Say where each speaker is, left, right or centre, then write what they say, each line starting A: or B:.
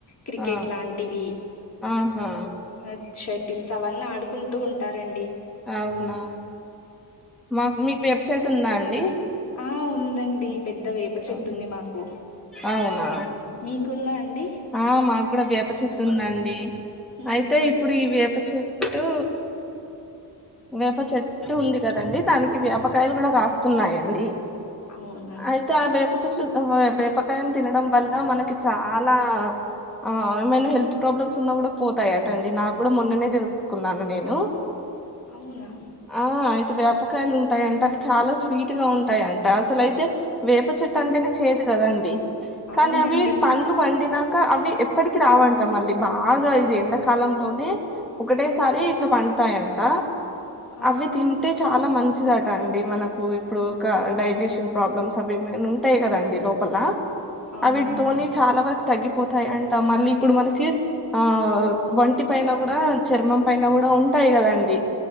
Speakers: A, on the left (about 40°); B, in the centre.
A: క్రికెట్
B: ఆ,
A: లాంటివి
B: ఆహా
A: అచ్ షటిల్స్ అవన్నీ ఆడుకుంటూ ఉంటారండి
B: అవునా మాకు మీకు వేప చెట్టు ఉందా అండి
A: ఆ ఉందండి పెద్ద వేపు ప్ప చెట్టు
B: ఆహా.
A: ఉంది మాకు
B: అవునా
A: మీకుందా అండి
B: ఆ మాకు కూడా వేప చెటుందండి
A: ఉమ్.
B: అయితే ఇప్పుడు ఈ వేప చెట్ టు వేప చెట్టు ఉంది కదండి దానికి వేపకాయలు కూడా కాస్ తున్నాయండి
A: అవునా
B: అయితే అ వేప్ ప చెట్లు ఆ వేపకాయలు తినడం వల్ల మనకి చాలా ఆ ఏమైనా హెల్త్ ప్రాబ్లమ్స్ ఉన్నా కూడా పోతాయాట అండి నాకు కూడా మొన్ననే తెలుసుకున్నాను నేను
A: అవునా
B: ఆ అయితే వేపకాయలు ఉంటాయంట అవి చాలా స్వీట్ గా ఉంటాయింట అసలయితే వేప చెట్టు అంటేనే చేదు కదండి
A: అవునండి
B: కానీ అవి పండ్లు వండినాక అవి ఎప్పటికి రావంట మళ్ళీ బాగా ఇది ఎండ కాలంలోనే ఒకటేసారి ఇట్లా పండుతాయంట
A: ఆ
B: అవి తిన్ అంటే చాలా మంచిదట అండి మనకు ఇప్పుడు ఒక డైజెషన్ ప్రాబ్లమ్స్ అవి ఏమైన ఉం ఉంటాయి కదాండి లోపల
A: అవునండి
B: అవిటితోని చాలా వరకు తగ్గిపోతాయి అంట మళ్ళీ ఇప్పుడు మనకి ఆ వంటి పైన కూడా చర్మం పైన కూడా ఉంటాయి కదండి